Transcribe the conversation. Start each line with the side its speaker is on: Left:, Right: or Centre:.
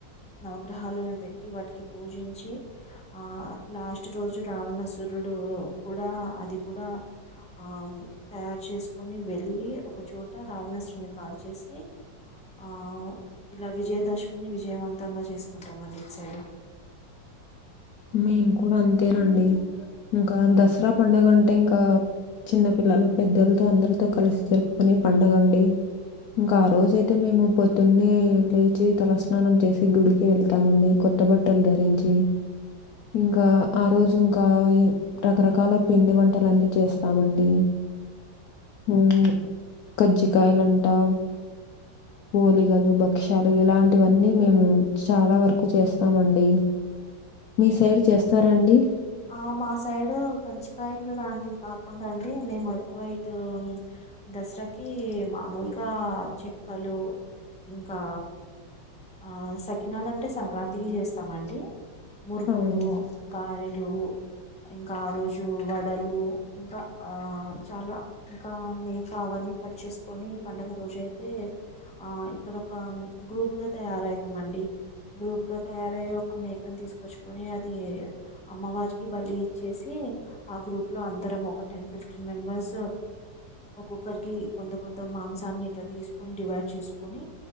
Centre: నవగ్రహాలను పెట్టి వాటికి పూజించి ఆ లాస్ట్ రోజు రావణుసురుడూ కూడా అది కూడా ఆ తయారు చేసుకొని వెళ్ళీ ఒక చోట రావణాసురుడిని కాల్చేసీ ఆ ఇలా విజయదశమి విజయవంతంగా చేసుకుంటాం అండి ఇటు సైడు.
Left: మేం కూడా అంతేనండి ఇంకా దసరా పండగ అంట్ నే ఇంకా చిన్న పిల్లలు పెద్దల్తో అందరితో కలిసి జరుపుకునే పండగండి. ఇంకా ఆ రోజ అయితే మేము పొద్దున్నే లేచి తలస్నానం చేసి గుడికి వెళ్తామండి కొత్ కొత్త బట్టల్ ధరించీ ఇంకా ఆ రోజు ఇంకా ఈ రకరకాల పిండి వంటలన్నీ చేస్తామండీ. ఉ కజ్జికాయల అంటా పోలిగలు భక్ష్యాలు ఇలాంటివన్నీ మేము చాలా వరకు చేస్తామండి మీ సైడ్ చేస్తారాండి
Centre: ఆ మా సైడ్ కజ్జికాయలు లాంటివి కాకుండా అండి మేము ఎక్కువ ఇటు దసరాకి మామూలుగా చెక్కలు ఇంకా ఆ సకినాలు అంటే సంక్రాంతికి చేస్తామండి మురుకులు
Left: అవును.
Centre: గారే లు ఇంకా ఆ రోజు వడలు ఇంకా ఆ చాలా ఇంకా మేకా అవన్నీ కట్ చేస్కొ కట్ చేసుకొని పండుగ రోజు అయితే ఆ ఇక్కడ ఒక గ్రూప్ గా తయారవుతాం అం అండి గ్రూప్ గా తయారయి ఒక మేకని తీసుకొచ్చుకని అది అమ్మవారికి బలి ఇచ్చేసి ఆ గ్రూప్ లో అందరం ఒక టెన్ ఫిఫ్టీన్ మెంబెర్స్ ఒక్కొక్కరికి కొంత కొంత మాంసం దాన్ని ఇట్లా తీసుకొని డివైడ్ చేసుకొని